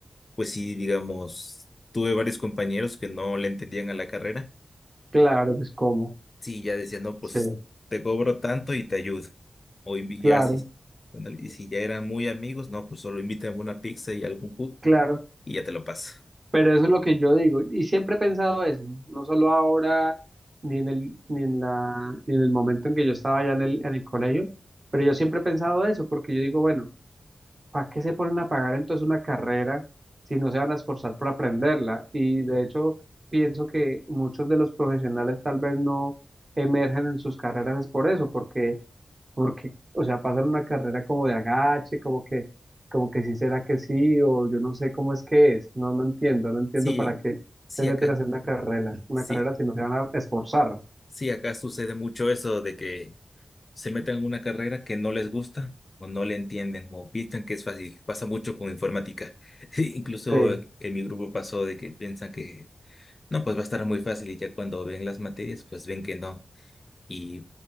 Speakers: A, on the left; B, on the right.
A: pues sí, digamos, tuve varios compañeros que no le entendían a la carrera
B: claro, pues cómo.
A: Sí, ya decía, no, pues
B: Sí,
A: te cobro tanto y te ayudo. O invi-
B: claro,
A: ya si, cuando- y si ya eran muy amigos, no, pues solo invítame una pizza y algún jugo
B: claro.
A: y ya te lo paso.
B: Pero eso es lo que yo digo. Y siempre he pensado eso, no solo ahora, ni en el, ni en la, ni en el momento en que yo estaba allá en el, en el colegio, pero yo siempre he pensado eso, porque yo digo, bueno. ¿Para qué se ponen a pagar entonces una carrera si no se van a esforzar por aprenderla? Y de hecho, pienso que muchos de los profesionales tal vez no emergen en sus carreras es por eso, porque, porque, o sea, pasan una carrera como de agache, como que, como que sí será que sí, o yo no sé cómo es que es. No, no entiendo, no entiendo
A: Sí,
B: para qué
A: sí
B: se meten
A: acá,
B: a hacer una carrera, una
A: sí,
B: carrera si no se van a esforzar.
A: sí acá sucede mucho eso de que se meten en una carrera que no les gusta o no le entienden o piensan que es fácil. Pasa mucho con informática. <laughs> Incluso
B: Sí,
A: en mi grupo pasó de que piensan que no, pues va a estar muy fácil y ya cuando ven las materias, pues ven que no. Y